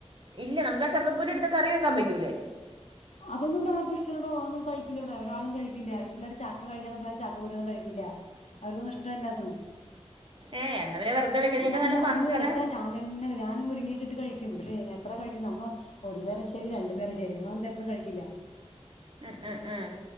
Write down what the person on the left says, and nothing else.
അതൊന്നും ഇവിടെ ആർക്കും ഇഷ്ടല്ല ഡോ ഒന്നും കഴിക്കില്ലവിടെ ഒരാളും കഴിക്കില്ല പിള്ളേര് ചക്ക കഴിക്കാതെ പിള്ളേര് ചക്കകുരുവൊന്നും കഴി ക്കില്ല അവർക്കൊന്നും ഇഷ്ടല്ലന്ന്
ഞാ
ഞാ
പിന്നെ
വെച്ചാ ഞാൻ തന്നെ ഞാനും മുരിങ്ങക്കെ ഇട്ട് കഴി ക്കും പക്ഷെ എത്ര കഴിക്കും നമ്മള് ഒരു നേരം ശരി രണ്ടു നേരം ശരി മൂന്ന് നേരൊന്നും കഴിക്കില്ല